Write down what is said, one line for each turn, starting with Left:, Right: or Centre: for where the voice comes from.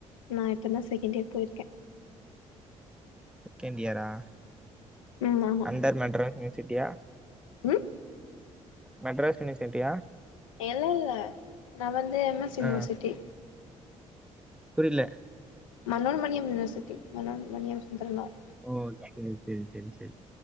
Left: நா இப்பந்தா செகண்ட் இயர் போயிர்க்கே
Centre: செகண்ட் இயரா
Left: ம் ஆமா
Centre: அன்டர் மெட்ராஸ் யூனிவர்சிட்டியா
Left: ம்
Centre: மெட்ராஸ் யூனிவர்சிட்டி
Left: இல்லல்ல நா வந்து எம் எஸ் யுனிவர்சிட்டி
Centre: ஆ புரில
Left: மனோன்மணியம் யூனிவர்சிட்டி மனோன்மணியம் சுந்தரனார்
Centre: ஓ செரி செரி செரி செரி